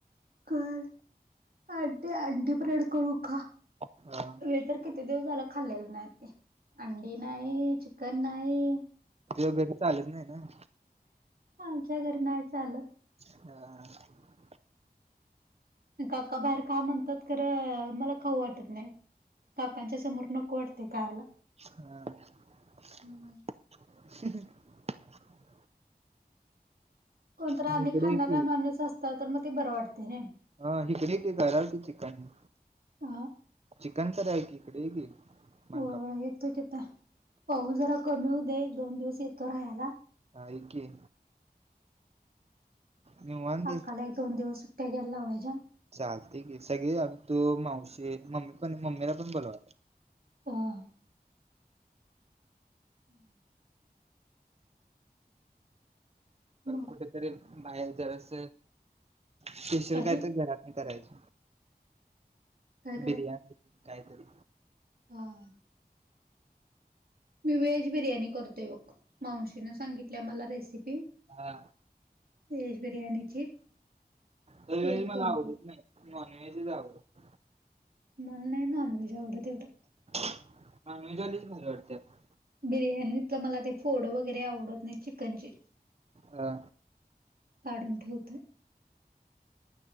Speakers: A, on the right; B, on the right.
A: कर अंडी अंडी ब्रेड करून खा
B: हा
A: मी तर किती दिवस झाला खाल्लेलं नाही ते अंडी नाही चिकन नाही
B: तुझ्याघरी चालत नाही ना
A: आमच्या घरी नाही चालंत
B: ह
A: काका बाहेर का म्हणतात तर मला खाऊ वाटत नाही काकांच्या समोर नको वाटते खायला
B: हा
A: हम्म. कोणतर
B: मी
A: आणि
B: इकडे
A: खाणारा
B: ये की
A: माणूस असता तर मग ते बरं वाटतय रे
B: हा हिकडे ये कि करूया कि चिकन
A: अ
B: चिकन करूया की हिकडे ये की मनकाप
A: हो येतो तिथं पाऊस जरा कमी होऊ दे दोन दिवस येतो राहायला
B: हा ये की निवांत
A: अक्काला
B: ये
A: एक दोन दिवस सुट्ट्या घ्यायला लावायच्या
B: चालते की सगळे या तू मावशी मम्मी पण मम्मीला पण बोलवा
A: ह म <inaudible> मग
B: कुठेतरी बाहेर जरास स्पेशल
A: काय
B: काहीतरी
A: ते
B: करा करायच
A: काय
B: बिर्याणी कायतरी
A: हां मी व्हेज बिर्याणी करतोय बघ मावशीने सांगितल ल्या मला रेसिपी
B: हा
A: व्हेज बिर्याणीची ते
B: व्हेज
A: एक
B: मला
A: करते
B: आवडत नाही नॉनव्हेजच आवडत
A: मला नाही नॉनव्हेज आवडत एवढं
B: नॉनव्हेज वालीच भारी वाटत्यात
A: बिर्याणीतलं मला ते फोड वगैरे आवडत नाही चिकनची
B: हा!
A: काढून ठेवतोय.